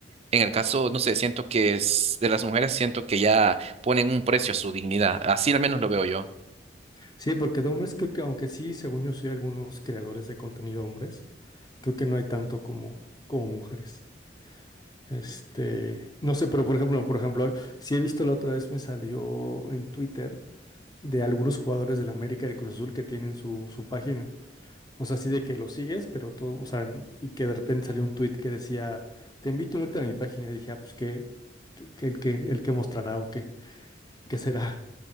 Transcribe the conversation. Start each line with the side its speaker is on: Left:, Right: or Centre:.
Right: en el caso, no sé, siento que es de las mujeres, siento que ya ponen un precio a su dignidad, así al menos lo veo yo.
Left: Sí, porque de hombres creo que, aunque sí, según yo, soy algunos creadores de contenido hombres, creo que no hay tanto como, como mujeres. Este, no sé, pero por ejemplo, por ejemplo, si he visto la otra vez me salió en Twitter de algunos jugadores del América y del Cruz Azul que tienen su, su página. O sea, así de que lo sigues, pero todo, o sea, n- y que de repente salió un tweet que decía, te invito a unirte a mi página. Y dije, ah, pues que, el que, el que mostrará o qué, qué será.